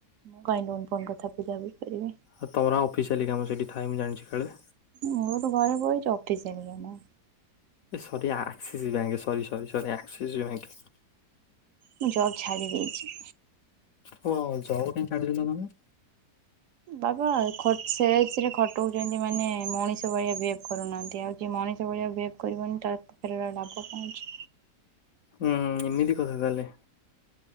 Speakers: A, on the right; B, on the left.
A: ମୁଁ କହ ଫୋନ କଥା ବୁଝାଝି କରିବି।
B: ହଁ ତମରାଫିସ ହେଲିକାମର ସେଇଠି ଥାଏ ମୁଁ ଜଣିଛି କଳେ
A: ମୁଁ ତ ଘରେ ବଛି ଅଫିସିଲିଆଲି କାମ
B: ଏ ସରି ଆକ୍ସିସ୍ ବ୍ୟା ସରି ସରି ସରି ଆକ୍ସିସ୍ ବି ବ୍ୟାଙ୍କ।
A: ମୁଁ ଜର ଛାଡ଼ି ଦେଇଛି।
B: ହଉଉ ଯଉ କ ପାଇଁ ପାଇଁ ଛାଡିଦଥିଲ ତମେ।
A: ବାବା ସେଲସରେ ଖଟଛନ୍ତି ମାନେ ମଣିଷ ଭଳିଆ ବିହେ କରୁନାହାନ୍ତି ଆଉ ଯ ମଣିଷ ଭଳିଆ ବିହେଭ୍ କରିବନି ତ ପାଖରେ ଲାଭ ପାଉଛି।
B: ହୁଁ ଏମିତି କଥା ତାହେଲେ।